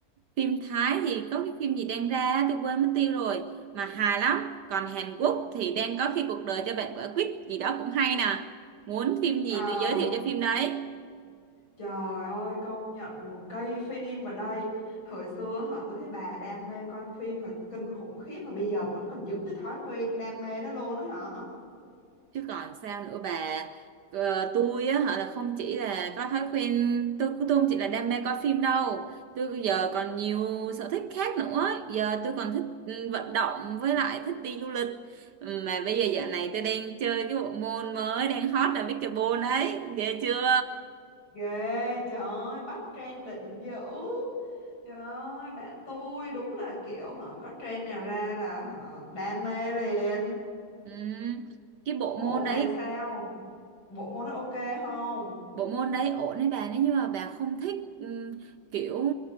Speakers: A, on the right; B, on the left.
A: Phim Thái thì có cái phim gì đang ra tôi quên mất tiêu rồi mà hài lắm. Còn Hàn Quốc thì đang có khi cuộc đời cho bạn quả quýt gì đó cũng hay nè. Muốn phim gì
B: Ờ,
A: tôi giới thiệu cho phim đấy.
B: trời ơi, công nhận một cây phim ở đây. Thời xưa họ tôi thấy bà đam mê coi phim là kinh khủng khiếp mà bây giờ vẫn còn giữ cái thói quen đam mê đó luôn á hả?
A: chứ còn sao nữa bà ờ, tôi á họ là không chỉ là có thói quen tôi tôi không chỉ là đam mê coi phim đâu tôi giờ còn nhiều sở thích khác nữa giờ tôi còn thích ừ, vận động với lại thích đi du lịch Ừ, mà bây giờ dạo này tôi đang chơi cái bộ môn mới đang hot là pickleball đấy ghê chưa
B: Ghê, trời ơi, bắt trend định dữ. Trời ơi, bạn tôi đúng là kiểu họ có trend nào ra là họ đam mê liền.
A: ừ. cái bộ
B: Ủa
A: môn
B: mà
A: đấy
B: sao? Bộ môn nó ok không?
A: bộ môn đấy ổn đấy bà nếu như mà bà không thích ừm, kiểu